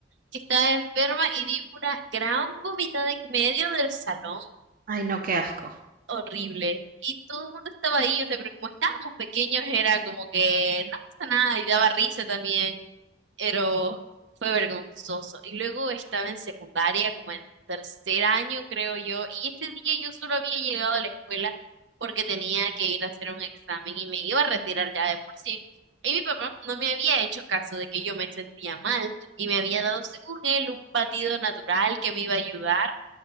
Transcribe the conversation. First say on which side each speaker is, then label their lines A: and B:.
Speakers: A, on the right (about 75°); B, on the right (about 50°).
A: que estaba enferma y di una gran vomitada en medio del salón,
B: Ay, no, qué asco.
A: horrible. Y todo el mundo estaba ahí, o sea, pero como estábamos pequeños era como que no pasa nada y daba risa también pero fue vergonzoso. Y luego estaba en secundaria, como en tercer año, creo yo, y ese día yo solo había llegado a la escuela porque tenía que ir a hacer un examen y me iba a retirar ya de por sí. Y mi papá no me había hecho caso de que yo me sentía mal y me había dado, según él, un batido natural que me iba a ayudar.